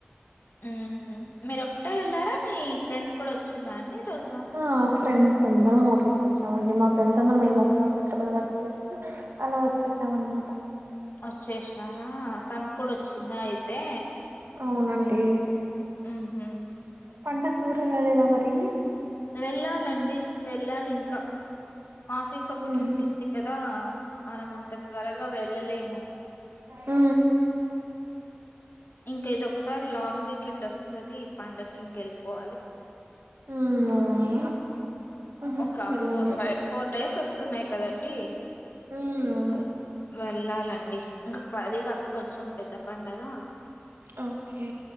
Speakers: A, on the left (about 60°); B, on the right (about 70°).
A: ఉమ్ మీరు ఒకటే వెళ్ళారా మీ ఫ్రెండ్ కూడా వచ్చిందా అండి రోజు
B: ఆ ఫ్రెండ్ మా అందరం ఆఫీస్కి వచ్చామండి మా ఫ్రెండ్స్ అందరూ మేము ఒకే ఆఫీస్లో పెద్ద వర్క్ చేసి అలా వచ్చేసామ అన్నమాట
A: వచ్చేసినారా తను కూడా వచ్చిందా అయితే
B: అవునండి
A: ఉహు
B: పండ కూరలు అదేదమ అ
A: వెళ్ళాలండి అ వెళ్ళాలి ఇంకా ఆఫీస్ ఒకటి
B: ఉహు.
A: ఉంటుంది కదా మనం అంత త్వరగా వెళ్ళలేము
B: ఆ
A: ఇంక ఇదిొ ఒకసారి లాంగ్ వీకెండ్ వస్తుంది ఈ పండగ ఇంకెళ్ళిపోవాలి
B: ఉ అవును ఉహు.
A: ఒక
B: వెళ్ళండి
A: ఫోర్ ఫైవ్ ఫోర్ డేస్ వస్త వస్తున్నాయి కదండి
B: అవు అవును
A: వెళ్ళాలండి ఇంకా అది కాక్క కొంచెం పెద్ద పండగ
B: ఓకే